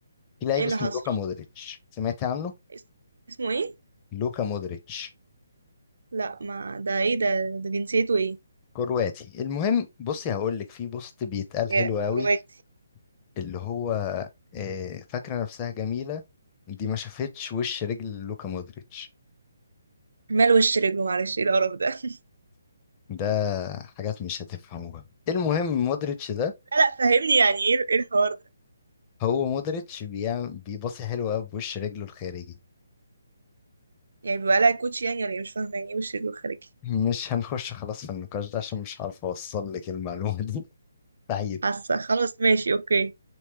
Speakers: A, on the left; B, on the right.
A: في لعيب
B: ايه اللي
A: اسمه
B: حصل
A: لوكا مودريتش سمعت عنه
B: اس- اسمه ايه
A: لوكا مودريتش
B: لا ما ده ايه ده ده جنسيته ايه
A: كرواتي المهم بصي هقول لك في بوست بيتقال
B: يا
A: حلو قوي
B: كرواتي
A: اللي هو آه، فاكرة نفسها جميلة دي ما شافتش وش رجل لوكا مودريتش
B: مال وش رجله معلش ايه القرف ده <laughs>
A: ده حاجات مش هتفهموها المهم مودريتش ده
B: لا لا فهمني يعني ايه ايه الحوار ده
A: هو مودريتش بيعمل بيباصي حلو قوي بوش رجله الخارجي
B: يعني بيبقى لها كوتش يعني ولا ايه مش فاهمه يعني ايه وش رجله خارجي
A: مش هنخش خلاص في النقاش ده عشان مش عارف اوصل لك المعلومة دي <laughs> سعيد
B: حاسه خلاص ماشي اوكي